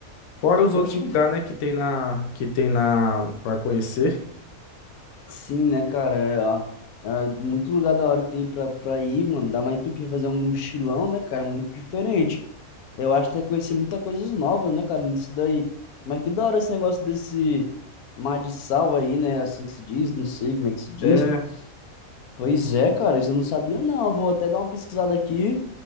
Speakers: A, on the left; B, on the left.
A: Fora os
B: Poxa,
A: outros lugares, né, que tem na, que tem na, pra conhecer.
B: Sim, né, cara? É, ó, é muito lugar da hora que tem pra, pra ir, mano. Dá mais tu quer fazer um mochilão, né, cara? Muito diferente. Eu acho que vai conhecer muitas coisas novas, né, cara, nisso daí. Mas que da hora esse negócio desse mar de sal aí, né? Assim que se diz, não sei como é que se diz.
A: É.
B: Pois é, cara, isso eu não sabia, não. Eu Vou até dar uma pesquisada aqui.